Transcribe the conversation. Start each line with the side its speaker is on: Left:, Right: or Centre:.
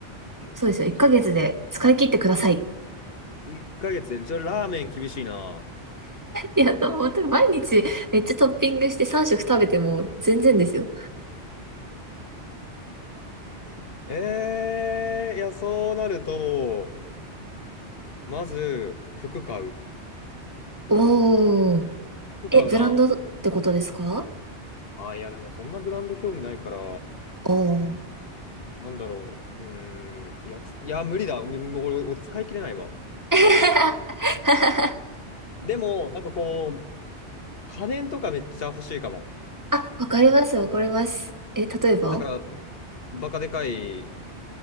Left: きゃいけないとしたら。
Right: そうですよ。1ヶ月で使い切ってください。
Left: 1ヶ月で、じゃあラーメン厳しいな。
Right: いや、本当に毎日めっちゃトッピングして3食食べても全然ですよ。
Left: ええー、いや、そうなると、まず、服買う。
Right: おー。
Left: 服買うな。
Right: え、ブランドってことですか
Left: あ、いや、でもそんなブランド興味ないから、
Right: おー。
Left: なんだろう。うーん、いや、ついや、無理だ。うん俺、俺使い切れないわ。
Right: <laughs>
Left: でも、なんかこう、家電とかめっちゃ欲しいかも。
Right: あ、わかります、わかります。え、例えば
Left: なんか、バカでかい